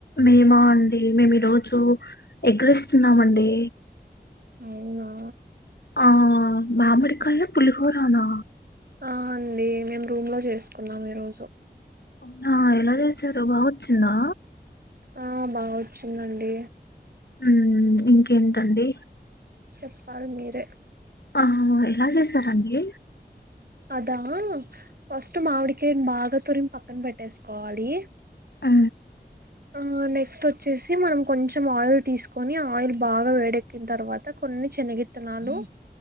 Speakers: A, on the left (about 70°); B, on the right (about 60°).
A: మేమా అండి మేము ఈ రోజు ఎగ్ రైస్ తిన్నామండీ.
B: అవునా?
A: ఆ మామిడి కాయల పులిహోరనా?
B: ఆ అండి మేము రూమ్ లో జేసుకున్నాం ఈ రోజు
A: అవునా ఎలా చేసారు బావోచ్చిందా
B: ఆ బాగొచ్చిందండి
A: ఉమ్ ఇంకేంటండి
B: చెప్పాలి మీరే
A: ఆహహా ఎలా చేసారండి
B: అదా ఫస్ట్ మామిడికాయన్ బాగ తురిమి పక్కన పెట్టేసుకోవాలి
A: ఆ
B: ఆ నెక్స్ట్ ఒచ్చేసి మనం కొంచెం ఆయిల్ తీసుకొని ఆ ఆయిల్ బాగ వేడెక్కిన్తర్వాత కొన్ని శనగిత్ త్తనాలు